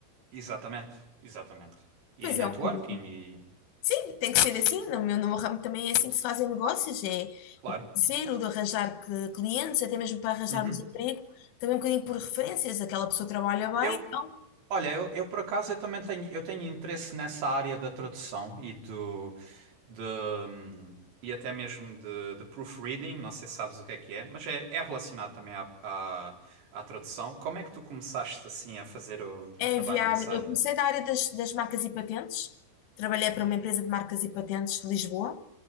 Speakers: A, on the right; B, on the left.
A: Exatamente, exatamente. E
B: Pois
A: networking
B: é, um bocadinho.
A: e...
B: Sim, tem que ser assim. No meu, no meu ramo também é assim que se fazem negócios, é
A: Claro.
B: o parceiro de arranjar que- clientes, até mesmo para arranjarmos
A: Uhum.
B: emprego, também um bocadinho por referências, aquela pessoa trabalha bem,
A: Eu,
B: então
A: olha, eu, eu por acaso eu também tenho, eu tenho interesse nessa área da tradução e do... de, hum, e até mesmo de, de proofreading, não sei se sabes o que é que é, mas é, é relacionado também à, à, à tradução. Como é que tu começaste assim a fazer o,
B: é
A: o trabalho
B: enviar.
A: nessa
B: Eu
A: área?
B: comecei da área das, das marcas e patentes, trabalhei para uma empresa de marcas e patentes de Lisboa,